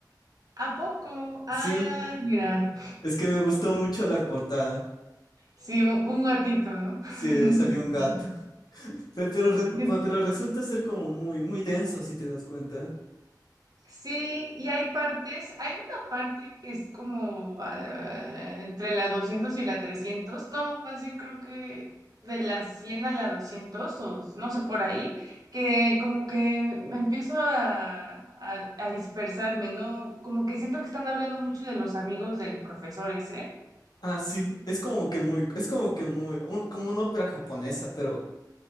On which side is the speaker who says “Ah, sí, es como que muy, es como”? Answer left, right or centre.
Left